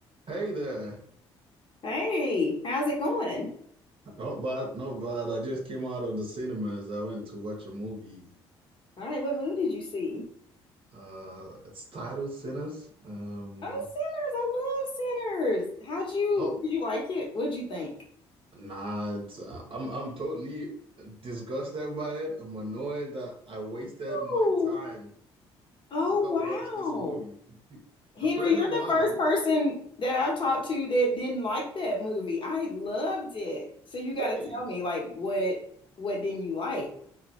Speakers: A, on the right; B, on the left.
A: Hey there.
B: Hey, how's it going?
A: Not bad, not bad. I just came out of the cinemas. I went to watch a movie.
B: All right, what movie did you see?
A: Uh, it's titled Sinners. Um,
B: Oh, Sinners. I love Sinners. How'd you
A: oh,
B: did you like it? What'd you think?
A: nah, it's, uh, I'm I'm totally disgusted by it. I'm annoyed that I wasted my
B: Oh,
A: time
B: oh
A: to come
B: wow.
A: watch this movie. <laughs>
B: Henry,
A: A friend
B: you're
A: of
B: the
A: mine,
B: first person that I've talked to that didn't like that movie. I loved it. So you got
A: really?
B: to tell me like what what didn't you like?